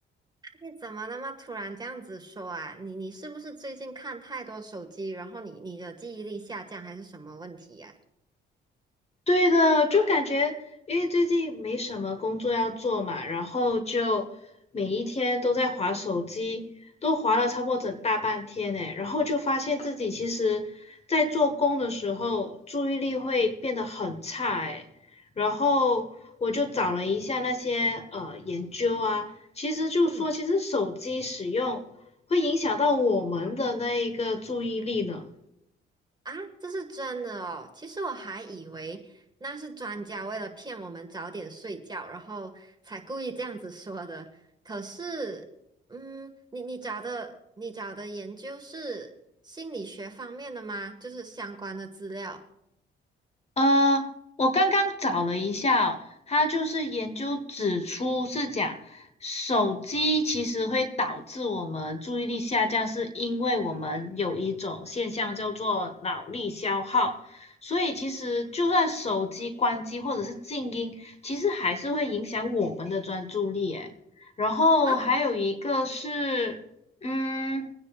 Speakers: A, on the right (about 20°); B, on the left (about 30°).
A: 你怎么那么突然这样子说啊？你你是不是最近看太多手机，然后你你的记忆力下降，还是什么问题呀、
B: 对的，就感觉因为最近没什么工作要做嘛，然后就每一天都在划手机，都划了差不多整大半天诶，然后就发现自己其实，在做工的时候注意力会变得很差诶，
A: 嗯，
B: 然后我就找了一下那些呃研究啊，其实就说其实手机使用会影响到我们的那一个注意力呢。
A: 嗯啊，这是真的哦。其实我还以为那是专家为了骗我们早点睡觉，然后才故意这样子说的。可是，嗯，你你找的你找的研究是心理学方面的吗？就是相关的资料
B: 呃，我刚刚找了一下哦，它就是研究指出是讲手机其实会导致我们注意力下降，是因为我们有一种现象叫做脑力消耗，所以其实就算手机关机或者是静音，其实还是会影响我们的专注力诶。然后还有一个是，
A: 啊？
B: 嗯，